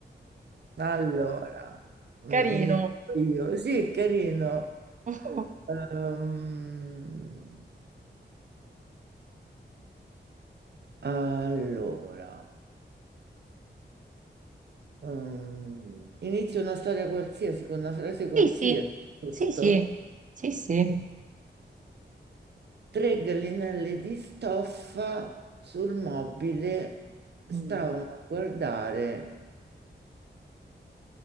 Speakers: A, on the right; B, on the right.
A: allora, mm,
B: Carino.
A: inizio io. Sì, è carino.
B: <laughs>
A: Ehm, allora, mm, inizio una storia qualsiasi con una frase qualsiasi,
B: Sì, sì,
A: giusto?
B: sì, sì, sì, sì.
A: Tre gallinelle di stoffa sul mobile stavano
B: Mm.
A: a guardare,